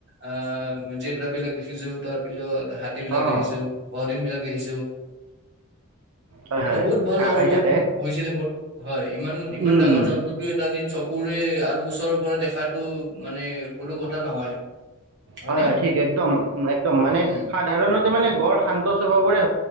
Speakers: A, on the right; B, on the right.
A: আহ জেবৰা বিলাক দেখিছোও তাৰ পিছত <unintelligible> হাতী বিলাক
B: অ
A: দেখিছো অহদিন বিলাক দেখিছো <unintelligible>
B: হয় হয়
A: এটা বহুত ভাল
B: ঘাঁহ
A: অনুভৱ
B: খাই থাকে
A: হৈছিলে মোৰ। হয় ইমান ইমান
B: উম
A: ডাঙৰ জন্তুটো এটা নিচ চকুৰে আৰু ওচৰৰ পৰা দেখাতটো মানে সৰু কথা
B: উ
A: নহয় হয়নে
B: হয় হয় ঠিক একদম একদম মানে
A: উম
B: সাধাৰণতে মানে গড় শান্ত <unintelligible> মানে